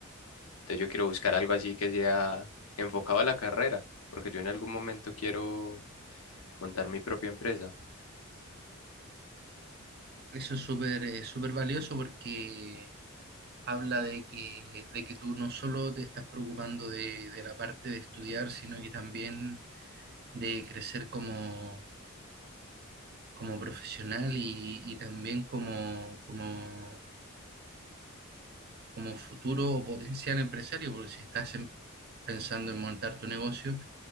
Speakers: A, on the left; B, on the right.
A: Entonces yo quiero buscar algo así que sea enfocado a la carrera, porque yo en algún momento quiero montar mi propia empresa.
B: Eso es súper eh, súper valioso porque habla de que, de que tú no solo te estás preocupando de, de la parte de estudiar, sino que también de crecer como, como profesional y, y también como, como, como futuro o potencial empresario, porque si estás em- pensando en montar tu negocio,